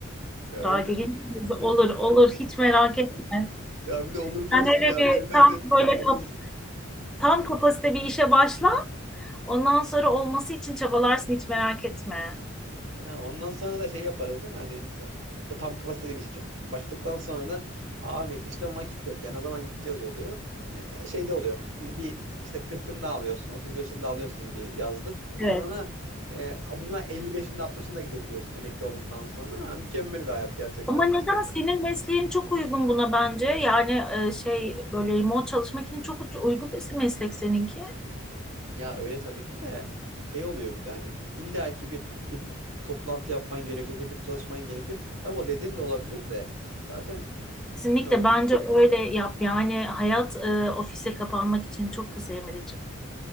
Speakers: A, on the right; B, in the centre.
A: Ya
B: Daha
A: bir
B: gençsiniz.
A: de,
B: Olur
A: bir-
B: olur hiç merak etme.
A: ya bir de olur diyorsun
B: Sen hele
A: ya
B: bir
A: beni benden
B: tam böyle
A: alıyorsun.
B: kap- tam kapasite bir işe başla. Ondan sonra olması için çabalarsın hiç merak etme.
A: Ya ondan sonra da şey yaparız değil mi? Hani e, o tam kapasiteli bir işe başladıktan sonra da abi işte vakit yok. Yani ne zaman gideceğiz oluyor. Hani e, şey de oluyor. Hani bir işte 40'ını da alıyorsun, 35'ini de alıyorsun bir yazlık.
B: Evet.
A: Sonra e, buna 55'ini de 60'ını da gidebiliyorsun emekli olduktan sonra. Ha, mükemmel bir hayat gerçekten.
B: Ama neden senin mesleğin çok uygun buna bence? Yani e, şey böyle remote çalışmak için çok ucu- uygun bir meslek seninki.
A: Ya öyle tabii ki de şey oluyor bir de hani illaki bir hib- toplantı yapman gerekiyor, hibrit çalışman gerekiyor. Tabii o dediğin de olabilir de zaten
B: Kesinlikle
A: bilmiyorum.
B: bence öyle yap. Yani hayat e, ofise kapanmak için çok kısa Emre'ciğim.